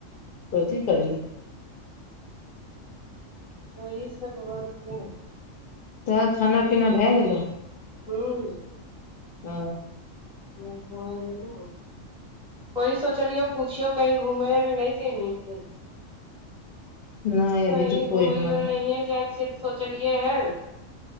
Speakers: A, on the left; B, in the centre.
A: कथी करिय
B: ओहि सब होइ छै
A: तऽ खाना पीना भए गेलो
B: हूंम्म
A: ओ
B: हँ होर वह सोचलियो पुछियो कही घुमे नहि जैबही के
A: नहि
B: कहीँ
A: अभी तऽ कोइ
B: घूमैयो
A: हमर
B: ल नहिए जाइ छियै तऽ सोचलियै हन